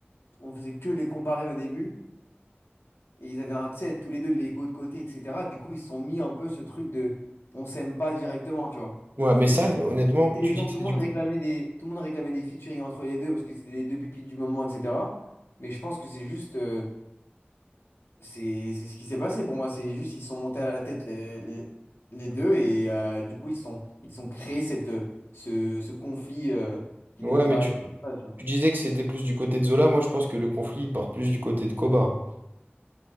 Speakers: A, on the left; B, on the right.
A: On faisait que les comparer au début. Et ils avaient un, tu sais, tous les deux l'ego de côté, etc. Du coup, ils se sont mis un peu ce truc de. On s'aime pas directement, tu vois.
B: Ouais, mais
A: Juste,
B: ça, honnêtement,
A: les
B: tu
A: gens,
B: dis
A: tout
B: que c'est
A: le monde
B: du...
A: réclamait des, tout le monde réclamait des featuring entre les deux parce que c'était les deux pipis du moment, etc. Mais je pense que c'est juste. euh, c'est c'est ce qui s'est passé pour moi. C'est juste ils sont montés à la tête les, les, les deux et euh, du coup ils sont ils sont créés cette euh, ce, ce conflit euh, qui
B: Ouais,
A: devait
B: mais
A: pas
B: tu,
A: être. Ouais, tu vois.
B: tu disais que c'était plus du côté de Zola. Moi, je pense que le conflit, il part plus du côté de Koba.